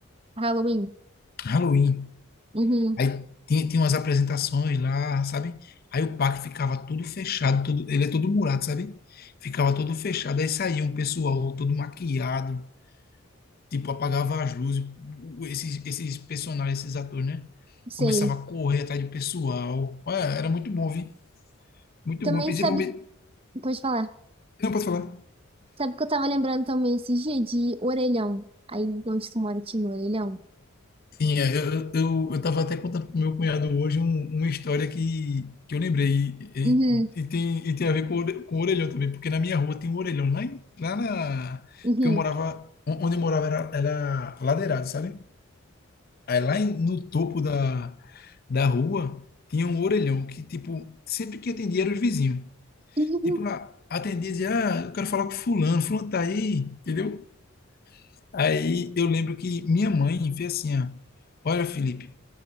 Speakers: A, on the right; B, on the left.
A: Halloween.
B: Halloween.
A: Uhum,
B: Aí tinha, tinha umas apresentações lá, sabe? Aí o parque ficava tudo fechado, tudo, ele é todo murado, sabe? Ficava todo fechado. Aí saía um pessoal todo maquiado, tipo, apagava as luzes. O- Esses, esses personagens, esses atores, né?
A: sei.
B: Começava a correr atrás do pessoal. Olha, era muito bom, viu? Muito
A: Também
B: bom. Principalmente.
A: sabe, pode falar.
B: Não, posso falar.
A: Sabe que eu tava lembrando também esses dias de orelhão. Aí onde tu mora tinha orelhão?
B: Sim, é, eu, eu, eu tava até contando pro meu cunhado hoje um- uma história que, que eu lembrei e,
A: Uhum,
B: e- e tem, e tem a ver com, o ore- com o orelhão também, porque na minha rua tem um orelhão lá, em- lá na...
A: uhum,
B: Porque eu morava, onde eu morava era, era ladeirado, sabe? Aí lá em- no topo da, da rua tinha um orelhão que, tipo, sempre que atendia era os vizinhos.
A: uhum,
B: Tipo, ah, atendia e dizia, ah, eu quero falar com fulano, fulano tá aí, entendeu? Aí eu lembro que minha mãe fez assim, ó, olha, Felipe,